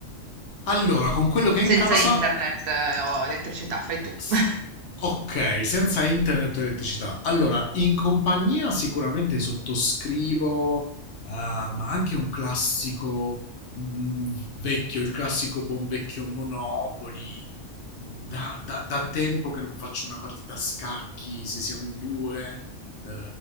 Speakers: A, on the left (about 75°); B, on the right (about 65°).
A: Allora, con quello che è
B: Senza
A: in casa
B: internet eh, o elettricità, fai tu.
A: S-
B: <laughs>
A: Ok, senza internet e elettricità. Allora, in compagnia sicuramente sottoscrivo, eh, ma anche un classico mm, v- vecchio, il classico buon vecchio Monopoli. Da, da- da tempo che non faccio una partita a scacchi, se siamo in due, eh,